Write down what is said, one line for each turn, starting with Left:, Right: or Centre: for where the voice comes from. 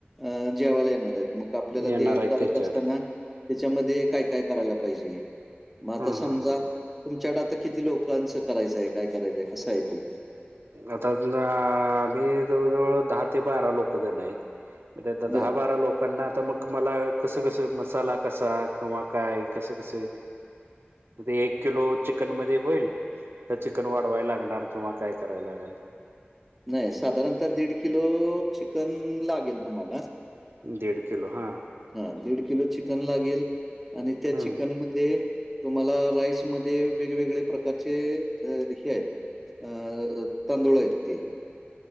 Centre: अ जेवायला येणार आहेत मग आपल्याला
Right: येणार
Centre: ते
Right: आहे
Centre: करत
Right: त्याच्यावर.
Centre: असताना त्याच्यामध्ये काय काय करायला पाहिजे मग आता
Right: हां,
Centre: समजा
Right: हां, हां, हां.
Centre: तुमच्याकडे आता किती लोकांचं करायचंय काय करायचंय कसं आहे ते
Right: आता आम्ही जवळ, जवळ दहा ते बारा लोक जात आहेत. ते आता
Centre: बरं.
Right: दहा, बारा लोक पणना आता मग मला कसं, कसं मसाला कसा किंवा काय कसं, कसं एक किलो चिकन मध्ये होईल तर चिकन वाढवाय लागणार किंवा काय कराय लागल
Centre: नाही साधारणता दीड किलो चिकन लागेल तुम्हाला
Right: दिढ किलो हां
Centre: हा दीड किलो चिकन लागेल आणि त्या
Right: हं,
Centre: चिकन मध्ये तुम्हाला राईसमध्ये वेगवेगळे प्रकारचे हे आहेत अह तंदुळा आहे ते